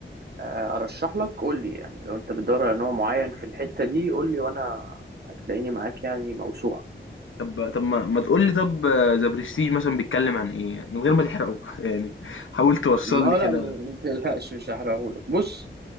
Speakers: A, on the right; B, on the left.
A: آه، ارشح لك قول لي يعني لو انت بتدور على نوع معين في الحتة دي قول لي وانا هتلاقيني معاك يعني موسوعة
B: طب طب ما, ما تقول لي طب ذا برستيج مثلا بيتكلم عن ايه يعني من غير ما تحرقه <laughs> يعني حاول توصل
A: ما
B: لي كده
A: لا ما ما تقلقش مش هحرقهولك بص